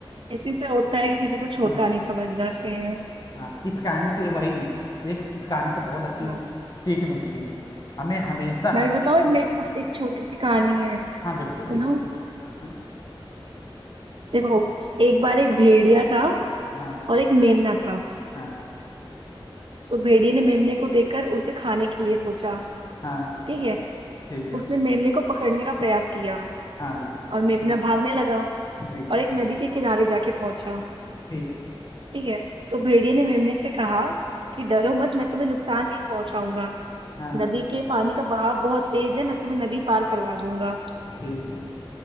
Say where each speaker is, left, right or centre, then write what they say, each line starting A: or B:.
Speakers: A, on the right (about 65°); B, on the left (about 45°).
A: इसी से होता है कि किसी को छोटा
B: हाँ।
A: नहीं समझना चाहिए
B: हाँ इस कहानी से वही एक इस कहानी से बहुत अच्छी
A: हाँ,
B: सीख मिलती है हमें हमेशा
A: मैं भी बताऊँ
B: एक दू
A: एक मेरे पास एक छोटी सी कहानी है
B: हाँ बिल्कुल
A: सुनो
B: बिल्कुल हाँ हाँ
A: देखो एक बार एक भेड़िया था
B: हाँ
A: और एक मेमना था
B: हाँ
A: तो भेड़िए ने मेमने को देखकर उसे खाने के लिए सोचा
B: हाँ
A: ठीक है
B: ठीक है
A: उसने मेमने को पकड़ने का प्रयास किया
B: हाँ बिल्कुल
A: और मेमना
B: ठीक
A: भागने लगा
B: जी
A: और एक नदी के किनारे जाके पहुंचा
B: ठीक
A: ठीक है तो भेड़िए
B: हम्म,
A: ने मेमने से कहा कि डरो
B: हम्म,
A: मत मैं तुम्हें नुकसान नहीं पहुंचाऊंगा
B: हाँ
A: नदी के पानी का बहाव बहुत तेज है मैं तुम्हें नदी पार करवा दूंगा
B: ठीक